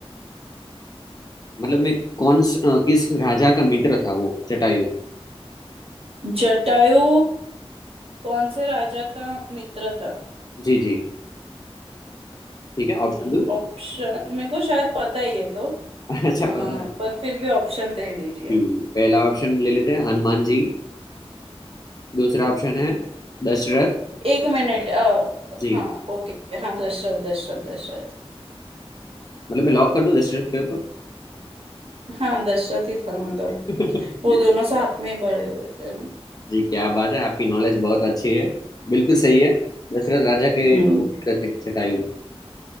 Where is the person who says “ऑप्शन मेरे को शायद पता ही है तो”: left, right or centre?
Right